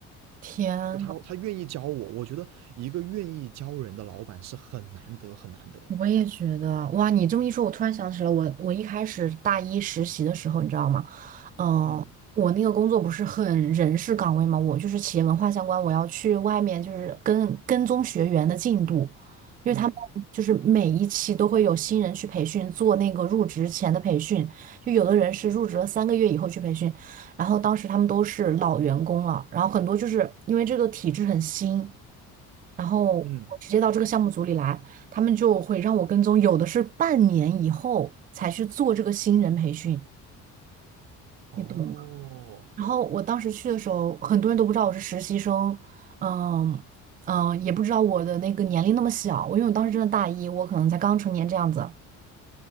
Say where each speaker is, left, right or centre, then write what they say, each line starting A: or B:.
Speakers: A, on the right; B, on the right.
A: 天呐，
B: 就他他愿意教我，我觉得一个愿意教人的老板是很难得很难得的。
A: 我也觉得，哇，你这么一说，我突然想起了我，我一开始大一实习的时候，你知道吗？嗯，
B: 嗯，
A: 我那个工作不是很人事岗位嘛，我就是企业文化相关，我要去外面就是跟跟踪学员的进度，因为他们就是每一期都会有新人去培训，
B: 嗯。
A: 做那个入职前的培训，就有的人是入职了三个月以后去培训，然后当时他们都是老员工了，然后很多就是因为这个体制很新。然后我直接到这个项目组里来，
B: 嗯。
A: 他们就会让我跟踪，有的是半年以后才去做这个新人培训，
B: 哦，
A: 你懂吗？然后我当时去的时候，很多人都不知道我是实习生，嗯嗯，也不知道我的那个年龄那么小，我因为我当时真的大一，我可能才刚成年这样子。